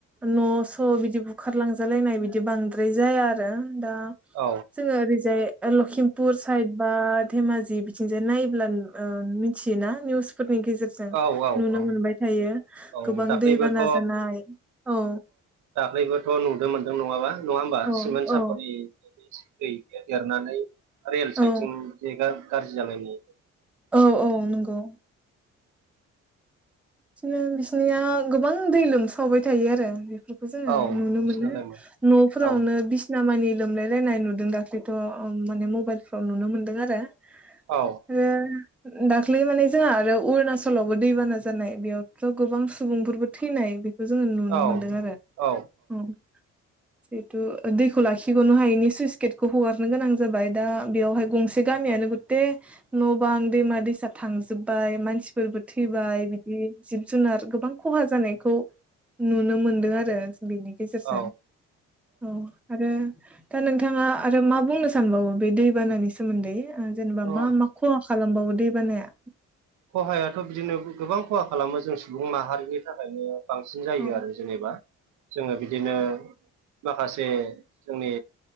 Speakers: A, in the centre; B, on the right.
A: न' स' बिदि बुखार लांजालायनाय बिदि बांद्राय जाया आरो दा
B: औ
A: जोङो ओरैजाय लखिमपुर साइद बा धेमाजि बिथिंजाय नायोब्ल ओ मिथियोना निउसफोरनि गेजेरजों
B: औ औ
A: नुनो
B: औ
A: मोनबाय थायो
B: औ
A: गोबां
B: दाख्लैबोथ'
A: दैबाना जानाय औ
B: दाख्लैबो थ' नुदों मोनदों नङाबा नङा होमबा
A: औ
B: सिमेन्ट सापरि
A: औ
B: <unintelligible> देरनानै रेल
A: औ
B: साइथिं जेगा गाज्रि जालायनाय।
A: औ औ नंगौ। बिसनो बिसिनिया गोबां दै लोमसावबाय थायो आरो बेफोरखौ जोङो
B: औ
A: नुनो
B: बिसिना
A: मोनो।
B: लायमोन
A: न'फोरावनो
B: औ
A: बिसि नामानि लोमलायलायनाय नुदों दाख्ललिथ' ओ माने मबाइलफ्राव नुनो मोनदों आरो
B: औ
A: <unintelligible> दाख्लि माने जोंहा आरो अरुणाचलावबो दैबाना जानाय बेयावथ' गोबां सुबुंफोरबो थैनाय बे खो जोङो नुनो
B: औ
A: मोनदों आरो
B: औ
A: औ। जिहेथु दैखौ लाखिगनो हायैनि सुइस गेटखौ हगारनो गोनां जाबाय दा बेयावहाय गंसे गामिया नों गते न' गोबां दैमा दैसा थांजोबबाय मानसिफोरबो थैबाय बिदि जिब जुनार गोबां खहा जानायखौ नुनो मोनदो आरो बेनि गेजेरजों
B: औ
A: औ आरो दा नोंथाङा आरो मा बुंनो सानबावो? बे दैबानानि सोमोन्दै जेनेबा
B: अ
A: मा मा ख हा खालामबावो दैे बानाया।
B: खहायाथ' बिदिनो गोबां खहा खालामो जों सुबुं माहारिनि थाखायनो बांसिन जायो
A: औ
B: आरो जेनेबा जोङो बिदिनो माखा से जोंनि